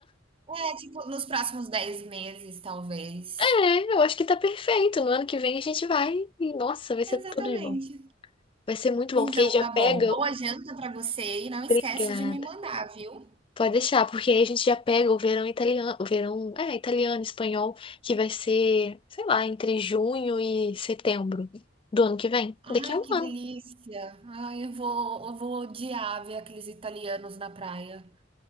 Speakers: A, on the right; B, on the left.
A: É, tipo, nos próximos 10 meses, talvez.
B: É, eu acho que tá perfeito. No ano que vem a gente vai e, nossa, vai ser
A: Exatamente.
B: tudo de bom. Vai ser muito
A: Então
B: bom, porque aí já
A: tá
B: pega.
A: bom. Boa janta pra você e não esquece
B: Obrigada.
A: de me mandar, viu?
B: Pode deixar, porque aí a gente já pega o verão italiano, o verão, é, italiano, espanhol, que vai ser, sei lá, entre junho e setembro do ano que vem.
A: Ai,
B: Daqui a um
A: que
B: ano.
A: delícia. Ai, eu vou, eu vou odiar ver aqueles italianos na praia.